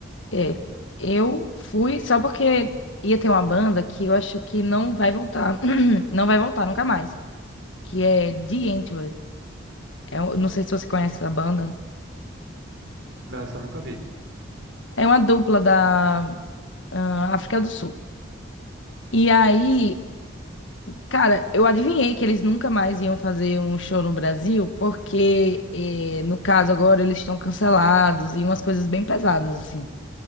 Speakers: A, on the left; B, on the right.
A: É, eu fui só porque ia ter uma banda que eu acho que não vai voltar, <clears throat> não vai voltar nunca mais, que é The Antwoord. É, um- não sei se você conhece essa banda.
B: Não, essa eu nunca vi.
A: É uma dupla da ah, África do Sul. E aí Cara, eu adivinhei que eles nunca mais iam fazer um show no Brasil, porque, eh, no caso, agora eles estão cancelados e umas coisas bem pesadas, assim.